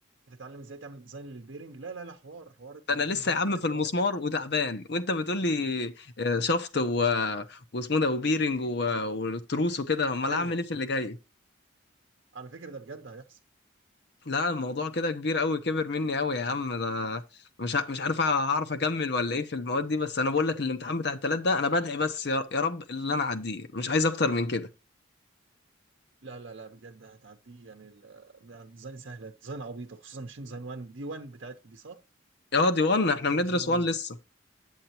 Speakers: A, on the right (about 65°); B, on the left (about 55°).
A: هتتعلم ازاي تعمل ديزاين للبيرنج لا لا لا حوار حوار
B: ده
A: الماشين
B: انا لسه
A: ديزاين
B: يا عم
A: 2 دي
B: في
A: حوار
B: المسمار وتعبان وانت بتقول لي آه، شفط و... واسمه ده وبيرنج و... والتروس وكده امال
A: ايوه
B: اعمل ايه في اللي جاي
A: على فكره ده بجد هيحصل
B: لا الموضوع كده كبير قوي كبر مني قوي يا عم ده مش ع- مش عارف هعرف اكمل ولا ايه في المواد دي بس انا بقول لك الامتحان بتاع التلات ده انا بدعي بس يا يا رب اللي انا اعديه مش عايز اكتر من كده
A: لا لا لا بجد هتعديه يعني ال- لا، الديزاين سهله الديزاين عبيطه خصوصا ماشين ديزاين 1 دي 1 بتاعتكم دي صح؟
B: اه دي 1 احنا
A: ماشين
B: بندرس
A: ديزاين 1
B: 1 لسه
A: دي